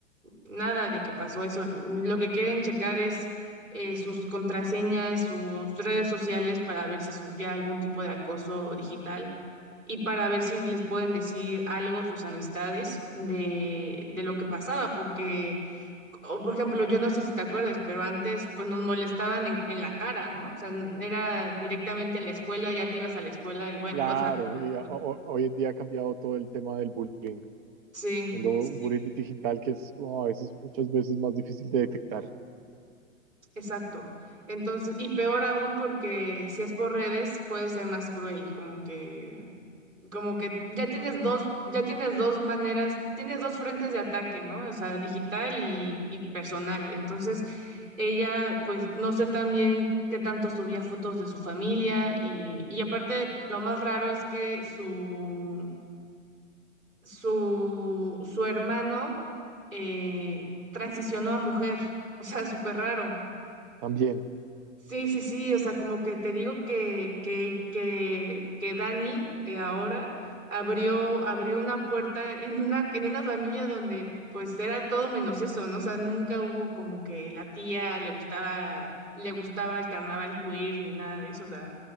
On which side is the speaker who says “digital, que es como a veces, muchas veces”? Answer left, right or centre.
Right